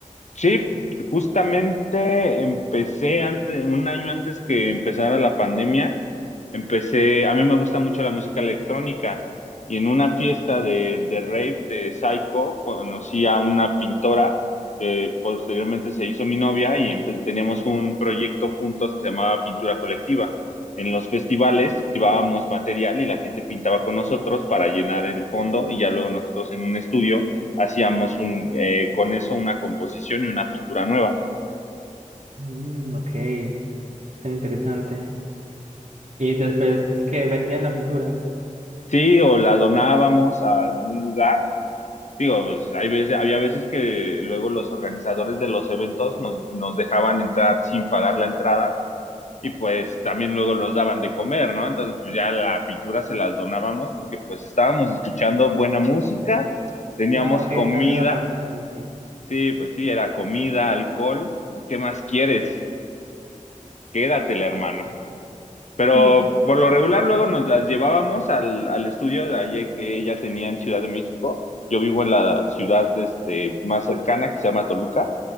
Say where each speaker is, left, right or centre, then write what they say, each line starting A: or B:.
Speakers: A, on the left (about 60°); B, on the right (about 60°).
A: Sí, justamente empecé antes, un año antes que empezara la pandemia, empecé, a mí me gusta mucho la música electrónica y en una fiesta de, de rave de Psycho conocí a una pintora que posteriormente se hizo mi novia y empe- teníamos un proyecto juntos que se llamaba Pintura Colectiva. En los festivales llevábamos material y la gente pintaba con nosotros para llenar el fondo y ya luego nosotros en un estudio hacíamos un, eh, con eso una composición y una pintura nueva.
B: Mm, ok, tan interesante. Y después que vendían la pintura.
A: Sí, o la donábamos a algún lugar. Digo, pues hay veces, había veces que luego los organizadores de los eventos nos, nos dejaban entrar sin pagar la entrada y pues también luego nos daban de comer, ¿no? Entonces, pues ya la pintura se las donábamos porque pues estábamos escuchando buena música, teníamos
B: Ah, ok,
A: comida,
B: estaban era parchando, sí.
A: sí, pues sí, era comida, alcohol, ¿qué más quieres? Quédatela, hermano.
B: Ah,
A: Pero
B: hmm,
A: por lo regular luego nos las llevábamos al, al estudio de ayer que ella tenía en Ciudad de México. Yo vivo en la ciudad este, más cercana que se llama Toluca,